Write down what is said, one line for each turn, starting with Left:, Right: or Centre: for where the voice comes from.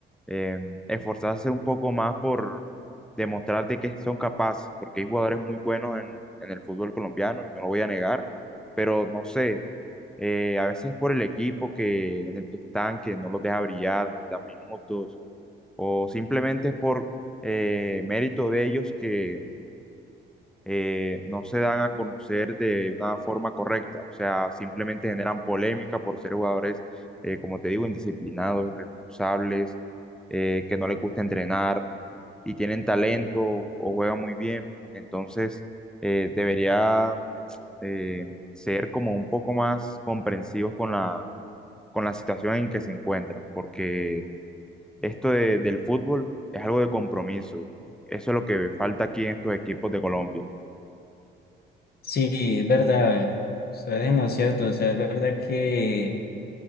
Centre: eh, esforzarse un poco más por demostrar de qué son capaces, porque hay jugadores muy buenos en, en el fútbol colombiano y no lo voy a negar, pero no sé eh, a veces por el equipo que, en el que están, que no los deja brillar, no les dan minutos, o simplemente es por eh, mérito de ellos que eh, no se dan a conocer de una forma correcta. O sea, simplemente generan polémica por ser jugadores, eh, como te digo, indisciplinados, irresponsables, eh, que no les gusta entrenar y tienen talento o juegan muy bien. Entonces, eh, debería eh, ser como un poco más comprensivos con la con la situación en que se encuentran, porque esto de- del fútbol es algo de compromiso y eso es lo que falta aquí en estos equipos de Colombia.
Left: Sí, es verdad, o sea, es en lo cierto, o sea, es verdad que